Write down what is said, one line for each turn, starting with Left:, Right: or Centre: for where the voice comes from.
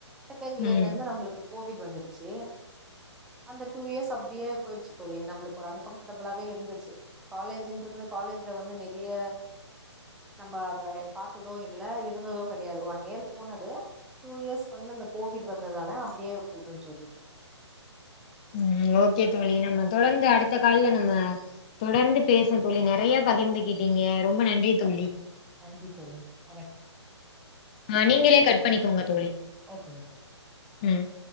Centre: செகண்ட் இயர்ல
Left: ம்
Centre: இருந்து நம்மளுக்கு கோவிட் வந்துருச்சு அந்த டூ இயர்ஸ் அப்டியே போயிடுச்சு தோழி நம்மளுக்கு ஒரு அன்கம்ஃபர்டபிளாவே இருந்துச்சு காலேஜ்ன்ற ஏனா காலேஜ்ல வந்து நெறைய நம்ம அங்க பாத்தது இல்ல இருந்தது கெடையாது ஒன் இயர் போனது டூ இயர்ஸ் வந்து அந்த கோவிட் வந்ததால அப்டியே போயிட்டே தோழி
Left: ம் ஓகே தோழி நம்ம தொடர்ந்து அடுத்த கால்ல நம்ம தொடர்ந்து பேசுவோ தோழி நெறைய பகிர்ந்துக்கிட்டீங்க ரொம்ப நன்றி தோழி
Centre: நன்றி தோழி வணக்கம்
Left: ஆ நீங்களே கட் பண்ணிக்கோங்க தோழி
Centre: ஓகே ஓகே
Left: ம்